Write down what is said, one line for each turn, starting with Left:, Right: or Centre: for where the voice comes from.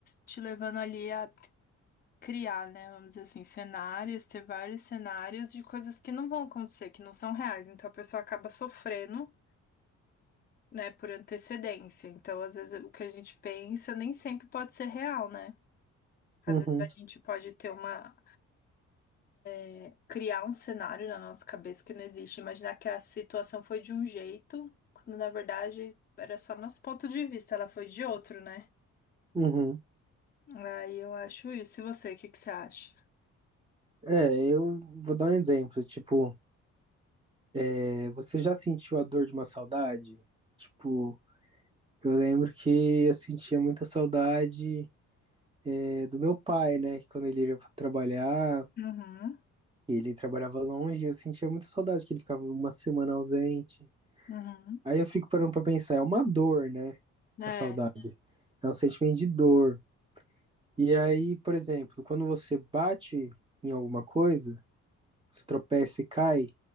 Left: te levando ali a criar, né? Vamos dizer assim, cenários, ter vários cenários de coisas que não vão acontecer, que não são reais. Então a pessoa acaba sofrendo, né, por antecedência. Então, às vezes, o que a gente pensa nem sempre pode ser real, né? Às
Right: Uhum,
Left: vezes a gente pode ter uma, é, criar um cenário na nossa cabeça que não existe, imaginar que a situação foi de um jeito, quando na verdade era só nosso ponto de vista, ela foi de outro, né?
Right: uhum.
Left: Aí eu acho isso. E você, o que que você acha?
Right: É, eu vou dar um exemplo. Tipo, é, você já sentiu a dor de uma saudade? Tipo, eu lembro que eu sentia muita saudade, é, do meu pai, né? Que quando ele ia pra trabalhar,
Left: Uhum,
Right: ele trabalhava longe, eu sentia muita saudade, que ele ficava uma semana ausente.
Left: uhum.
Right: Aí eu fico parando pra pensar, é uma dor, né?
Left: É.
Right: A saudade. É um sentimento de dor. E aí, por exemplo, quando você bate em alguma coisa, você tropeça e cai,